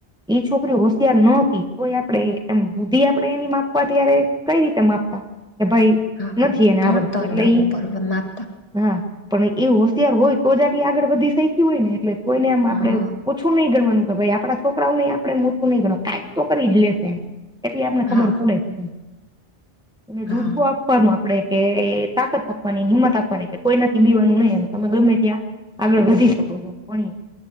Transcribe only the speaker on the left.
હા
ભણતર
ના
ઉપર માપતા
હા
હા
હા